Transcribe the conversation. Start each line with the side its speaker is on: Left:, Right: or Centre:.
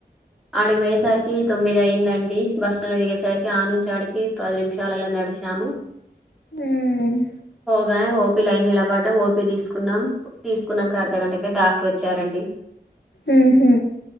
Centre: ఆడిపోయేసరికి తొమ్మిది అయిందండి బస్ స్టాండ్కి దిగేసరికి ఆ నుంచి ఆడికి పది నిమిషాలల్లో నడిచాము
Left: ఉమ్ హు
Centre: గానే ఓపి లైన్లో నిలబడ్డాం ఓపి తీసుకున్నాం తీసుకున్నాక అర్ధగంటకి డాక్టర్ వచ్చారండి
Left: ఉహూ